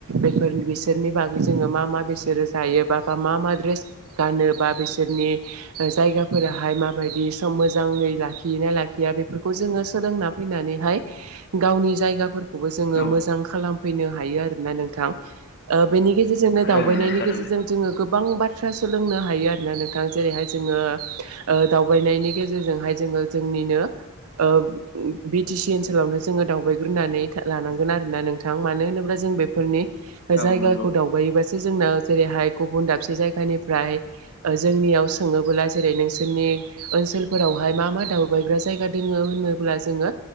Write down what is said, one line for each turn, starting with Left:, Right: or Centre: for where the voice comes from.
Right: बेफोर बिसोरनि बागै जोङो मा मा बिसोरो जायो बा मा मा ड्रेस गानो बा बिसोरनि ओ जायगाफोराहाय माबायदि सम मोजाङै लाखियो ना लाखिया बेफोरखौ जोङो सोलोंना फैनानैहाय गावनि जायगाफोरखौबो जोङो
Left: औ
Right: मोजां खालामफैनो हायो आरोना नों थां। ओ बेनि गेजेरजोंनो दावबायनायनि
Left: औ नंगौ थारैनो
Right: गेजेरजों जोङो गोबां बाथ थ्रा सोलोंनो हायो आरोना नोंथां जेरैहाय जोङो ओ दावबायनायनि गेजेरजोंहाय जोङो जोंनि निनो ओ बि टि सि ओनसोलावनो जोङो दावबायग्रोनानै लानांगोन आरोना नोंथां मानो होनोब्ला जों बे फोरनि
Left: औ
Right: जायगाखौ
Left: नंगौ
Right: दावबायोबा सो जोंनाव जेरैहाय गुबुन दाबसे जायगानिफ्राय ओ जोंनियाव सोङोबोला जेरै नोंसोरनि ओनसोलफोरावहाय मा मा दावबायग्रा जाया दङो होनोब्ला जोङो